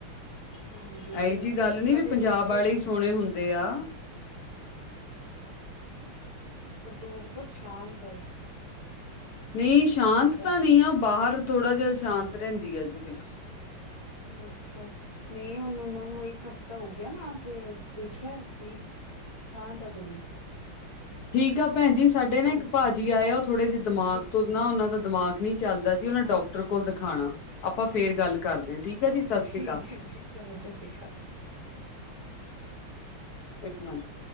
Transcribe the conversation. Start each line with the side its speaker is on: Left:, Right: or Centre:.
Right: ਹਾਂਜੀ
Left: ਆਏ ਜੀ ਗੱਲ ਨੀ,
Right: ਬਟ
Left: ਵੀ
Right: ਇਹ
Left: ਪੰਜਾਬ
Right: ਨਿੱਕੇ
Left: ਵਾਲੇ
Right: ਨੇ।
Left: ਹੀ ਸੋਣੇ ਹੁੰਦੇ ਆ।
Right: ਬਟ, ਔ ਬੋਤ ਸ਼ਾਂਤ ਐ।
Left: ਨਈ, ਸ਼ਾਂਤ ਤਾਂ
Right: ਸ਼ਾਂਤ
Left: ਨੀ ਆ।
Right: ਹੈ।
Left: ਬਾਹਰ ਥੋੜਾ ਜਾ ਸ਼ਾਂਤ ਰੈਂਦੀ ਆ ਜੀ ਦੇਖੋ।
Right: ਅੱਛਾ, ਨਈ ਹੁਣ, ਉੱਨਾਂ ਨੂੰ ਇੱਕ ਹਫ਼ਤਾ ਹੋ ਗਿਆ ਨਾ ਕੇ ਵੇਖਿਆ ਸੀ, ਸ਼ਾਤ ਐ ਕੁੜੀ।
Left: ਠੀਕ ਆ, ਭੈਣ ਜੀ। ਸਾਡੇ ਨਾ
Right: ਹਾਂ
Left: ਏਕ ਪਾਜੀ ਆਏ ਆ, ਔ ਥੋੜੇ ਜੇ ਦਿਮਾਗ
Right: ਠੀਕ
Left: ਤੋਂ ਨਾ, ਔਨਾਂ ਦਾ ਦਿਮਾਗ ਨੀ ਚੱਲਦਾ ਜੀ, ਔਨਾ ਡਾਕਟਰ ਕੋਲ ਦਖਾਣਾ। ਆਪਾਂ‌ ਫੇਰ ਗੱਲ ਕਰਦੇ, ਠੀਕ ਆ ਜੀ ਸਤ ਸ਼੍ਰੀ
Right: ਠੀਕ
Left: ਅਕਾਲ।
Right: ਹੈ ਜੀ ਚਲੋ, ਸਤ ਸ਼੍ਰੀ ਕਾਲ।
Left: ਏਕ ਮੇਂਟ।